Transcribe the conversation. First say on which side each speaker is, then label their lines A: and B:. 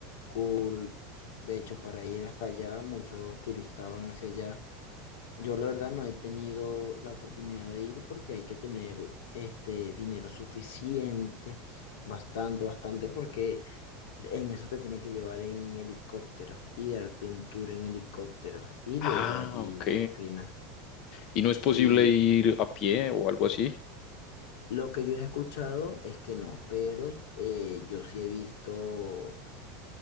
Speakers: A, on the left (about 85°); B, on the left (about 40°).
A: cool. De hecho, para ir hasta allá, muchos turistas van hacia allá. Yo la verdad no he tenido la oportunidad de ir porque hay que tener este dinero suficiente, bastante, bastante, porque en eso te tienen que llevar en helicópteros y darte un tour en helicópteros y
B: Ah,
A: luego allí
B: ok.
A: fino.
B: ¿Y no es posible
A: Sí,
B: ir a pie o algo así?
A: lo que yo he escuchado es que no, pero eh, yo sí he visto